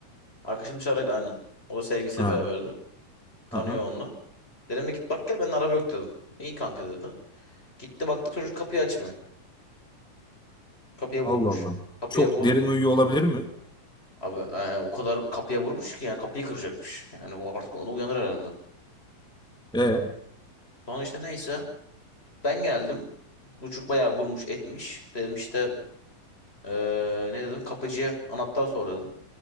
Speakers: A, on the left; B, in the centre.
A: Arkadaşım dışarıdaydı aynen. O da sevgilisiyle
B: Ha.
A: beraberdi. Tanıyor
B: Aha.
A: onunla. Dedim bir git bak gel benden araba yok dedim. İyi kanka dedi. Gitti baktık çocuk kapıyı açmıyor. Kapıya
B: Allah
A: vurmuş.
B: Allah.
A: Kapıya
B: Çok
A: vur
B: derin uyuyor olabilir mi?
A: Abi e, o kadar kapıya vurmuş ki yani kapıyı kıracakmış. Yani bu artık onu uyanır herhalde.
B: E,
A: Sonra işte neyse ben geldim. Bu çocuk bayağı vurmuş etmiş. Dedim işte e, ne dedim kapıcıya anahtar sor dedim.